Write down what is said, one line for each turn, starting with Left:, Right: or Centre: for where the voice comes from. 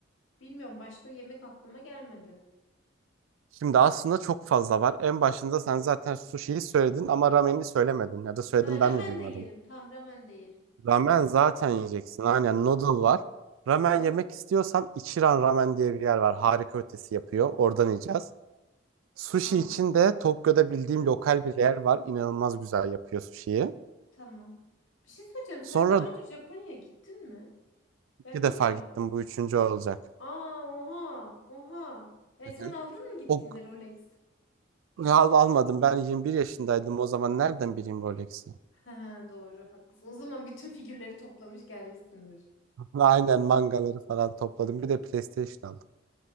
Left: Bilmiyorum başka yemek aklıma gelmedi.
Right: Şimdi aslında çok fazla var. En başında sen zaten sushi'yi söyledin ama ramen'i söylemedin. Ya da söyledim
Left: Ha ramen
Right: ben mi duymadım?
Left: de yerim. Tamam ramen de yerim.
Right: Ramen zaten yiyeceksin. Aynen noodle var. Ramen
Left: Hı hı.
Right: yemek istiyorsan Ichiran Ramen diye bir yer var. Harika ötesi yapıyor. Oradan yiyeceğiz. Sushi
Left: Aa,
Right: için de Tokyo'da bildiğim lokal bir yer var. İnanılmaz güzel yapıyor sushi'yi.
Left: tamam. Bir şey söyleyeceğim.
Right: Sonra
Left: Sen daha önce Japonya'ya gittin mi?
Right: iki
Left: Ben bilmiyorum.
Right: defa gittim. Bu üçüncü olacak.
Left: Aa oha oha. E
Right: Hı
Left: sen
Right: hı.
Left: aldın mı gittiğinde
Right: O
Left: Rolex?
Right: al, almadım. Ben 21 yaşındaydım. O zaman nereden bileyim Rolex'i?
Left: Ha, doğru haklısın. O zaman bütün figürleri toplamış gelmişsindir.
Right: <laughs> Aynen mangaları falan topladım. Bir de PlayStation aldım.